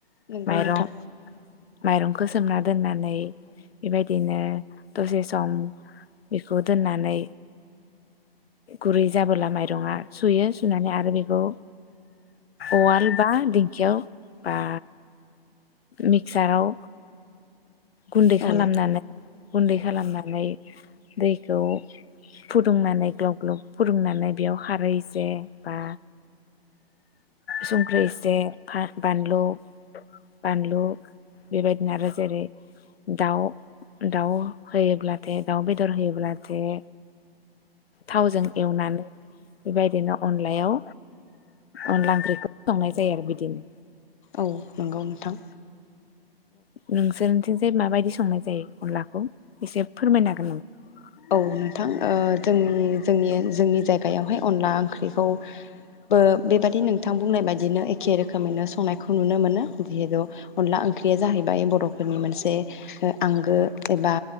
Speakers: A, on the left; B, on the left.
A: नंगौ
B: माइरं
A: नोंथां
B: माइरंखौ सोमना दोननानै बेबायदिनो दसे सम बेखौ दोननानै गुरै जाबोला माइरङा सुयो सुनानै आरो बेखौ उवाल बा दिंखियाव बा मिक्साराव गुन्दै खालामनानै
A: औ
B: गुन्दै खालामनानै दैखौ फुदुंनानै ग्लब ग्लब फुदुंनानै बेयाव खारहै इसे बा संख्रि एसे फा बानलु बानलु बेबायदिनो आरो जेरै दाउ दाउ होयोब्लाथाय दाउ बेदर होयोब्लाथाय थावजों एवनानै बेबायदिनो अनलायाव अनला ओंख्रिखौ संनाय जायो आरो बिदिनो
A: औ नंगौ नोंथां
B: नोंसोरथिंजाय माबायदि संनाय जायो अनलाखौ एसे फोरमायनो हागोन नामा
A: औ नोंथां ओ जोंनि जोंनि जोंनि जायगायावहाय अनला ओंख्रिखौ बो बेबादि नोंथां बुंनाय बायदिनो एखे रोखोमैनो संनायखौ नुनो मोनो जिहेतु अनला ओंख्रिया जाहैबाय बरफोरनि मोनसे आंगो एबा